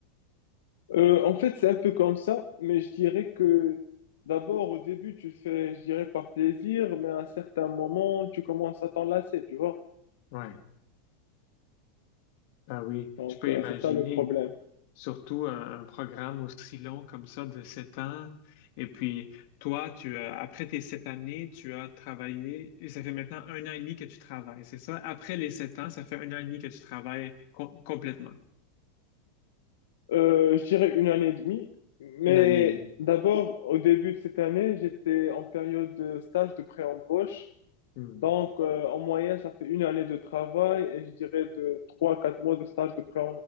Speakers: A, on the left; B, on the left.
A: Euh, en fait, c'est un peu comme ça, mais je dirais que d'abord, au début, tu fais, je dirais, par plaisir, mais à un certain moment, tu commences à t'en lasser, tu vois.
B: Ouais. Ah oui,
A: Donc,
B: je peux
A: euh,
B: imaginer.
A: c'est ça le problème.
B: Surtout un, un programme aussi long comme ça de sept ans. Et puis, toi, tu as, après tes sept années, tu as travaillé, et ça fait maintenant un an et demi que tu travailles, c'est ça? Après les sept ans, ça fait un an et demi que tu travailles com- complètement.
A: Euh, je dirais une année et demie, mais
B: Une année et demie.
A: d'abord, au début de cette année, j'étais en période de stage de pré-embauche.
B: Hmm.
A: Donc, euh, en moyenne, ça fait une année de travail et je dirais de trois à quatre mois de stage de pré-